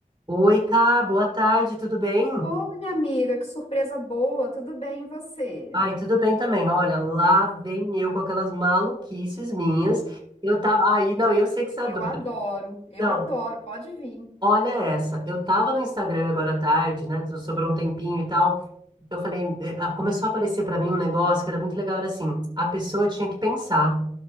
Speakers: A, on the right; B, on the left.
A: Oi, Cá, boa tarde, tudo bem?
B: Ô, minha amiga, que surpresa boa, tudo bem e você?
A: Ai, tudo bem também. Olha, lá vem eu com aquelas maluquices minhas. Eu tava. Aí, não, eu sei que você adora.
B: Eu adoro, eu
A: Não,
B: adoro, pode vir.
A: olha essa. Eu tava no Instagram agora à tarde, né? so, Sobrou um tempinho e tal. Eu falei, eh, ah, começou a aparecer pra mim um negócio que era muito legal, era assim, a pessoa tinha que pensar.